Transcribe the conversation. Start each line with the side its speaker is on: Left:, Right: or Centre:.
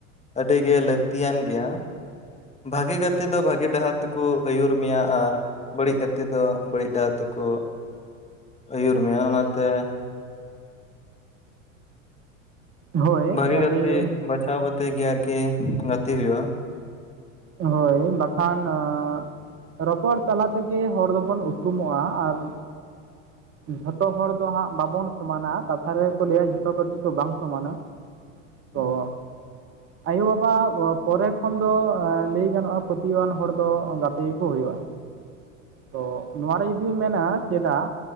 Left: ᱟᱹᱰᱤᱜᱮ ᱞᱟᱹᱠᱛᱤᱭᱟᱱ ᱜᱮᱭᱟ᱾ ᱵᱷᱟᱜᱮ ᱜᱟᱛᱮ ᱫᱚ ᱵᱷᱟᱜᱮ ᱰᱟᱦᱟᱨ ᱛᱮᱠᱚ ᱟᱹᱭᱩᱨ ᱢᱮᱭᱟ ᱟᱨ ᱵᱟᱹᱲᱤᱡ ᱜᱟᱛᱮ ᱫᱚ ᱵᱟᱹᱲᱤᱡ ᱰᱟᱦᱟᱨ ᱛᱮᱠᱚ ᱟᱹᱭᱩᱨ ᱢᱮᱭᱟ ᱚᱱᱟᱛᱮ
Right: ᱦᱳᱭ
Left: ᱵᱷᱟᱹᱜᱤ
Right: ᱟᱹᱰᱤ
Left: ᱜᱟᱛᱮ ᱵᱟᱪᱷᱟᱣ ᱠᱟᱛᱮᱜ ᱜᱮ ᱟᱨᱠᱤ ᱜᱟᱛᱮ ᱦᱳᱭᱳᱜᱼᱟ᱾
Right: ᱦᱳᱭ, ᱵᱟᱠᱷᱟᱱ ᱚᱻ ᱨᱚᱯᱚᱲ ᱛᱟᱞᱟ ᱛᱮᱜᱮ ᱦᱚᱲ ᱫᱚᱵᱚᱱ ᱩᱯᱨᱩᱢᱚᱜᱼᱟ ᱟᱨ, ᱡᱷᱚᱛᱚ ᱦᱚᱲ ᱫᱚ ᱦᱟᱸᱜ ᱵᱟᱵᱚᱱ ᱥᱚᱢᱟᱱᱟ᱾ ᱠᱟᱛᱷᱟ ᱨᱮᱜᱮᱠᱚ ᱞᱟᱹᱭᱟ ᱡᱷᱚᱛᱚ ᱠᱟᱹᱴᱩᱵ ᱫᱚ ᱵᱟᱝ ᱥᱚᱢᱟᱱᱟ᱾ ᱛᱚᱜ,
Left: ᱦᱩᱸ
Right: ᱟᱭᱳ ᱵᱟᱵᱟ ᱯᱚᱨᱮ ᱠᱷᱚᱱ ᱫᱚ ᱞᱟᱹᱭ ᱜᱟᱱᱚᱜᱼᱟ ᱯᱟᱹᱛᱭᱟᱹᱣᱟᱱ ᱦᱚᱲ ᱫᱚ ᱜᱟᱛᱮ ᱜᱮᱠᱚ ᱦᱩᱭᱩᱜᱼᱟ᱾ ᱛᱚᱜ, ᱱᱚᱣᱟᱨᱮ ᱡᱩᱫᱤᱢ ᱢᱮᱱᱟ ᱪᱮᱫᱟᱜ?